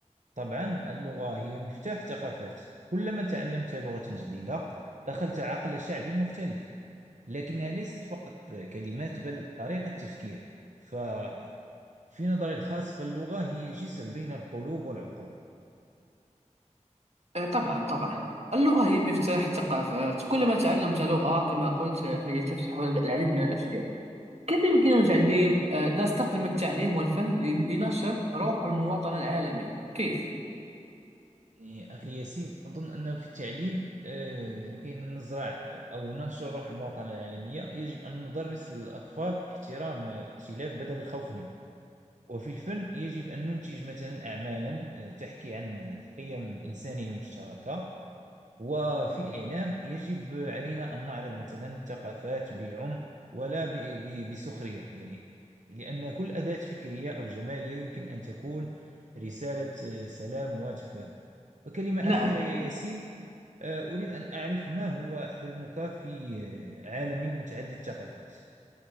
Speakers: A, on the right (about 80°); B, on the right (about 60°).
A: طبعا اللغة هي مفتاح ثقافات كلما تعلمت لغة جديدة دخلت عقل شعب مختلف لكنها ليست فقط كلمات بل طريقة تفكير ففي نظري الخاص فاللغة هي جسر بين القلوب والعقول
B: آه، طبعا طبعا اللغة هي مفتاح الثقافات كلما تعلمت لغة كما قلت آه، فهي تفتح العديد من الأشياء كيف يمكننا تعليم آه، نستخدم التعليم والفن ل- لنشر روح المواطنة العالمية كيف؟
A: يعني أخي ياسين أظن أنه في التعليم آه، لكي نزرع أو ننشر روح المواطنة العالمية يجب أن ندرس الأطفال احترام الاختلاف بدل الخوف منه وفي الفن يجب أن ننتج مثلا أعمالا آه، تحكي عن القيم الإنسانية المشتركة وفي الإعلام يجب علينا أن نعرض مثلا الثقافات بعمق ولا ب- ب- بسخرية يعني لأن كل أداة فكرية أو جمالية يمكن أن تكون رسالة آه، سلام وتفاهم وكلمة
B: نعم
A: أخيرة يا ياسين آه، أريد أن أعرف ما هو حلمك في آه، عالم متعدد الثقافات